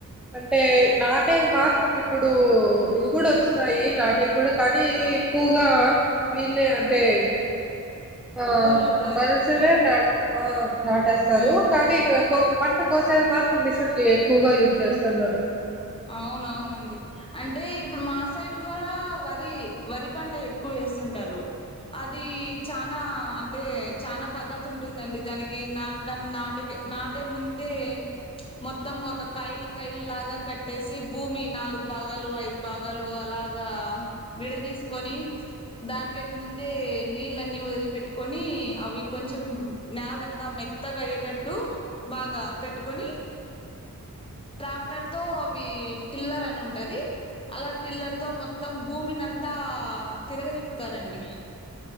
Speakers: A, in the centre; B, on the left.
A: అంటే నాటేది మాత్రం ఇప్పుడు ఇవి కూడా వచ్చినాయి నాటే కూడా కానీ ఎక్కువగా వీళ్ళే అంటే ఆ
B: కూలోళ్ళు
A: మనసునా నాట్ ఆ నాటేస్తారు
B: ఉమ్
A: కానీ ఇగ కో పంట కోసం తా మాతృ మిషన్లు ఎక్కువగా యూజ్ చేస్తున్నారు
B: అవును అవును అండి అంటే ఇప్పుడు మా సైడు కూడా వరి వరి పంట ఎక్కువ వేస్తుంటారు అది చానా అంటే చానా పద్ధతి ఉంటుంది అండి దానికి నాటడం నాటిక నాటే ముందే మొత్తం ఒక కయలు కయలు లాగా కట్టేసి భూమి నాలుగు భాగాలు ఐదు భాగాలు అలాగా విడదీస్ కొని దాంట్లోకి ముం టే నీళ్ళన్ని వదిలిపెట్టుకొని అవి కొంచెం నలంతా మెత్తగా అయ్యేటట్టు బాగా పెట్టుకొని ట్రాక్టర్ తో అవి టిల్లర్ అని ఉంటది అలా టిల్లర్ తో మొత్తం భూమిని అంతా తిరగదిప్పుతారండి